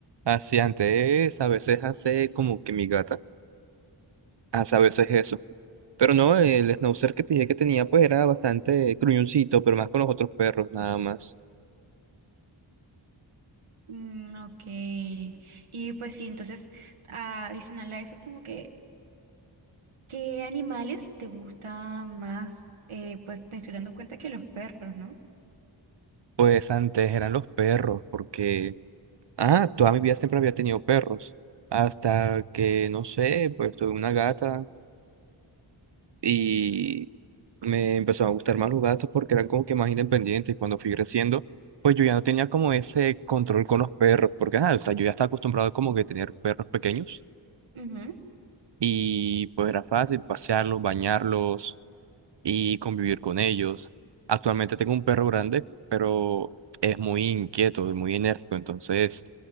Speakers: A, on the right (about 55°); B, on the right (about 80°).
A: así antes, a veces hace como que mi gata. A veces es eso. Pero no, el schnauzer que te dije que tenía, pues era bastante gruñoncito, pero más con los otros perros, nada más.
B: Mm, ok. Y pues sí, entonces, ah, adicional a eso, como que ¿Qué animales te gusta más? Eh, pues me estoy dando cuenta que los perros, ¿no?
A: Pues antes eran los perros, porque, ah, toda mi vida siempre había tenido perros. Hasta que, no sé, pues tuve una gata y me empezaron a gustar más los gatos porque eran como que más independientes. Y Cuando fui creciendo, pues yo ya no tenía como ese control con los perros, porque, ah, o sea, yo ya estaba acostumbrado como que tener perros pequeños.
B: Ujú.
A: Y pues era fácil pasearlos, bañarlos y convivir con ellos. Actualmente tengo un perro grande, pero es muy inquieto, es muy enérgico, entonces